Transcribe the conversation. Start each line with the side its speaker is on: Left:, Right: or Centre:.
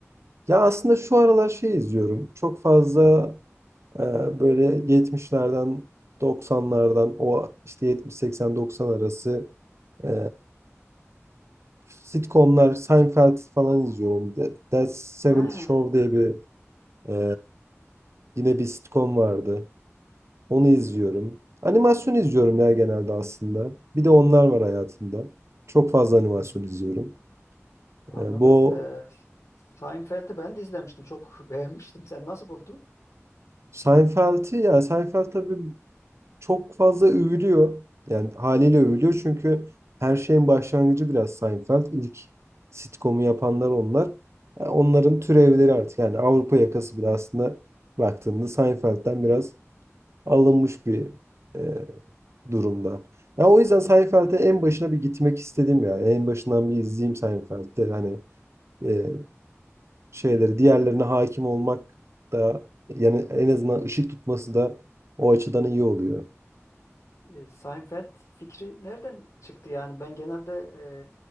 Right: Ya aslında şu aralar şey izliyorum. Çok fazla e, böyle 70'lerden 90'lardan o işte 70-80-90 arası e, sitcomlar Seinfeld falan izliyorum. That, That 70
Left: He.
Right: Show diye bir e, yine bir sitcom vardı. Onu izliyorum. Animasyon izliyorum ya genelde aslında. Bir de onlar var hayatımda. Çok fazla animasyon
Left: Hmm,
Right: izliyorum.
Left: Anladım.
Right: Ee, bu
Left: Ee, Seinfeld'i ben de izlemiştim. Çok <laughs> beğenmiştim. Sen nasıl buldun?
Right: Seinfeld'i ya Seinfeld tabii çok fazla övülüyor. Yani haliyle övülüyor çünkü her şeyin başlangıcı biraz Seinfeld. İlk sitcom'u yapanlar onlar. Yani onların
Left: Hı hı.
Right: türevleri
Left: Evet.
Right: artık yani Avrupa yakası bile aslında baktığında Seinfeld'den biraz alınmış bir e, durumda. Ya o yüzden Seinfeld'e en başına bir gitmek istedim ya. En başından bir izleyeyim Seinfeld'de. Hani e, şeyleri diğerlerine hakim olmak da yani en azından ışık tutması da o açıdan iyi oluyor.
Left: E, Seinfeld fikri nereden çıktı yani? Ben genelde e,